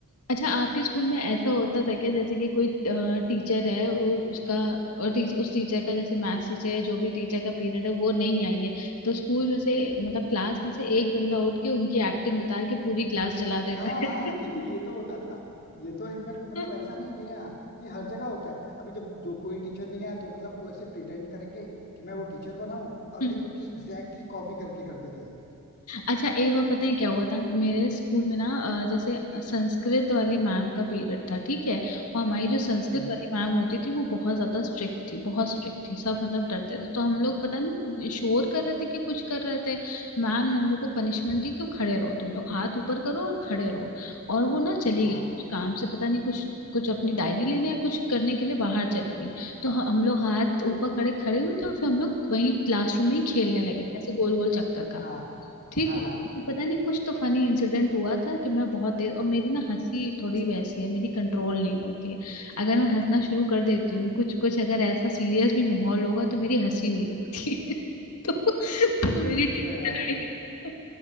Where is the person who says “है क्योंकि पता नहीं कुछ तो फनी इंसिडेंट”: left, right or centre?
Left